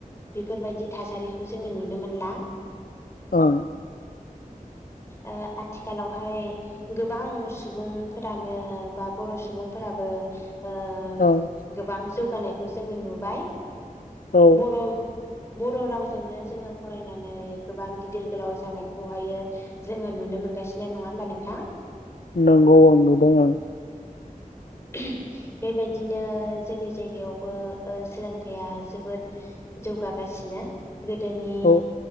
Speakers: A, on the left; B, on the left.
A: बेफोरबायदि थासारिखौ जोङो नुनो मोनला
B: औ
A: ओ आथिखालावहाय गोबां सुबुंफोरानो बा बर सुबुंफोराबो ओ
B: औ
A: गोबां जौगानायखौ जोङो नुबाय।
B: औ
A: बर बर राव जोंनो जोङो फरायनानै गोबां गिदिर गोलाव जानायखौहायो जोङो नुनो मोनगासिनो नङा होमबा नोंथां?
B: नांगौ औ नंगौ नुदों आं
A: बेबायदि बिदिनो जोंनि जायगायावबो ओ सोलोंथाइया जोबोद जौगागासिनो गोदोनि
B: औ